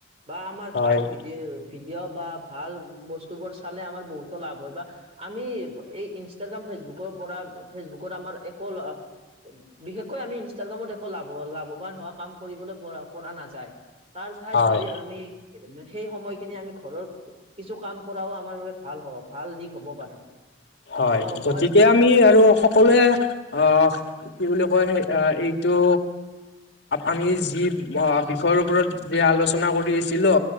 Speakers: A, on the right (about 35°); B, on the left (about 65°).
A: বা আমাৰ
B: হয়
A: ভাল ভিডিঅ' ভিডিঅ' বা ভাল বস্তুবোৰ চালে আমাৰ বহুতো লাভ হয় বা আমি এই ইনষ্টাগ্ৰাম ফেচবুকৰ পৰা ফেচবুকৰ আমাৰ একো লাভ বিশেষকৈ আমি ইনষ্টাগ্ৰামত একো লাভ লাভৱান হোৱা কাম কৰিবলৈ পৰা পৰা নাযায়। তাৰ ঠাইত
B: হয়
A: যদি আমি সেই সময়খিনি আমি ঘৰৰ কিছু কাম কৰাও আমাৰ বাবে ভাল হব ভাল দিশ হ'ব পাৰে
B: হয়
A: মই -মই
B: গতিকে
A: ভাবো।
B: আমি আৰু সকলোৱে আহ কি বুলি কয় এইটো। আমি যি বিষয়ৰ ওপৰত যে আলোচনা কৰিছিলো।